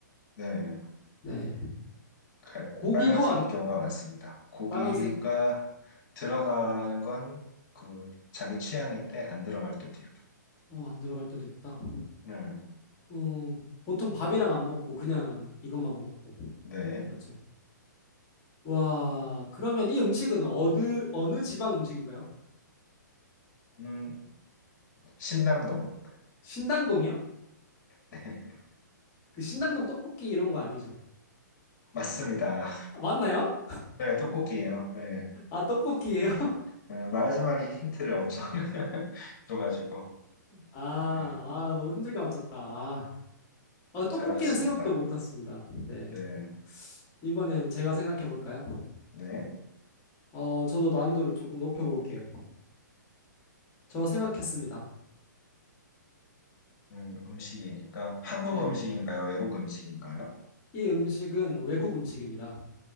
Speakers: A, on the left (about 50°); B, on the left (about 30°).
A: 네.
B: 네.
A: 칼,
B: 고기도
A: 빨간색인
B: 안
A: 경우가 많습니다. 고기가
B: 빨간색
A: 들어가는 건 그 자기 취향인데 안 들어갈 때도 있고.
B: 어, 안 들어갈 때도 있다.
A: 네.
B: 음, 보통 밥이랑 안 먹고 그냥 이것만 먹고
A: 네.
B: 맞죠? 와, 그러면 이 음식은 어느 어느 지방 음식인가요?
A: 음, 신당동.
B: 신당동이요?
A: <laughs>
B: 그 신당동 떡볶이 이런 거 아니죠?
A: 맞습니다.
B: 아, 맞나요?
A: 네, 떡볶이에요. 네.
B: 아, 떡볶이예요?
A: 네, 마지막에 힌트를 엄청 <laughs> 줘가지고.
B: 아,
A: 네,
B: 아, 너무 힘들게 맞췄다. 아, 어, 떡볶이는
A: 잘하셨습니다.
B: 생각도 못했습니다. 네.
A: 네.
B: 이번엔 제가 생각해 볼까요?
A: 네.
B: 어, 저도 난이도를 조금 높여 볼게요. 저 생각했습니다.
A: 음, 음식이니까 한국
B: 네.
A: 음식인가요? 외국 음식인가요?
B: 이 음식은 외국 음식입니다.